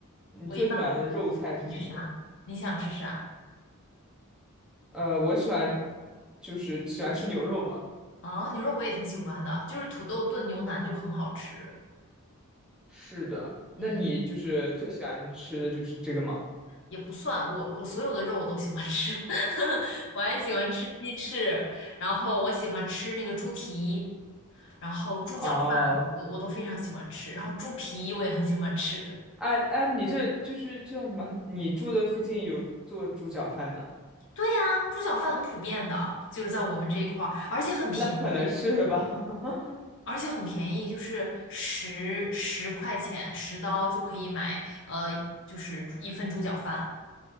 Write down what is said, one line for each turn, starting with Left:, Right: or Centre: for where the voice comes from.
Centre: 你最喜欢的肉菜是什么呢？
Left: 我一般你吃啥？你想吃啥？
Centre: 呃，我喜欢就是喜欢吃牛肉嘛。
Left: 啊，牛肉我也挺喜欢的，就是土豆炖牛腩就很好吃。
Centre: 是的，
Left: 嗯，
Centre: 那你就是最喜欢的吃的就是这个吗？
Left: 也不算，我我所有的肉我都喜欢吃，<laughs> 我还喜欢吃鸡翅，然后我喜欢吃那个猪蹄。然后猪脚饭我我都非常喜欢吃，
Centre: 哦，
Left: 然后猪皮我也很喜欢吃。
Centre: 哎哎，你这就是叫什么？你住的附近有做猪脚饭的？
Left: 对呀，猪脚饭很普遍的，就是在我们这一块儿，而且很便宜，
Centre: 那可能是吧。<laughs>
Left: 而且很便宜，就是十十块钱十刀就可以买，呃，就是一份猪脚饭。